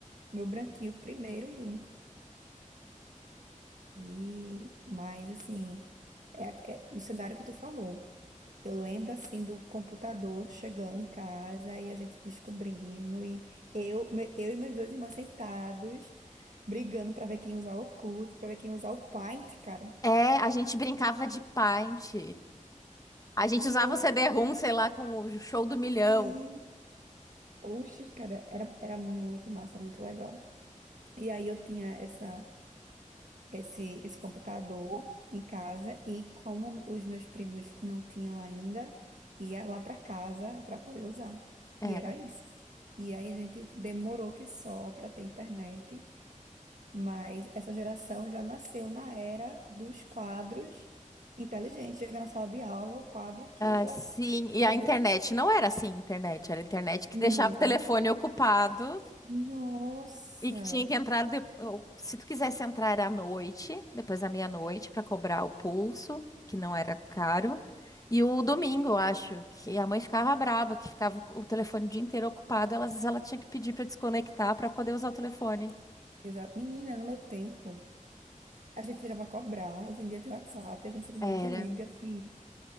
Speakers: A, on the right (about 65°); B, on the left (about 25°).
A: meu branquinho, primeiro e único. E mas assim, é, é no cenário que tu falou. Eu lembro assim do computador chegando em casa e a gente descobrindo, e eu, me- eu e meus dois irmãos sentados, brigando pra ver quem ia usar o Orkut, pra ver quem ia usar o Paint, cara.
B: É, a gente brincava de Paint. A gente
A: Muito,
B: usava o CD-ROM, sei lá, com o show do milhão.
A: sim. Oxe, cara, era, era muito massa, muito legal. E aí eu tinha essa. esse, esse computador em casa e como os meus primos não tinham ainda, ia lá para casa para poder usar.
B: Era.
A: E era isso. E aí a gente demorou que só para ter internet, mas essa geração já nasceu na era dos quadros inteligentes. Chega na sala de aula, o quadro que
B: Ah,
A: já.
B: sim, e
A: Entendeu?
B: a internet não era assim, internet, era internet que
A: Não.
B: deixava o telefone ocupado
A: Nossa!
B: E que tinha que entrar depo- ou, se tu quisesse entrar era à noite, depois da meia-noite, para cobrar o pulso, que não era caro. E o domingo, eu acho, que a mãe ficava braba, que ficava o telefone o dia inteiro ocupado, ela- às vezes ela tinha que pedir para desconectar para poder usar o telefone.
A: Exato. Menina, no meu tempo, a gente ligava a cobrar, hoje em dia tem WhatsApp, a gente simplesmente
B: Era.
A: liga assim.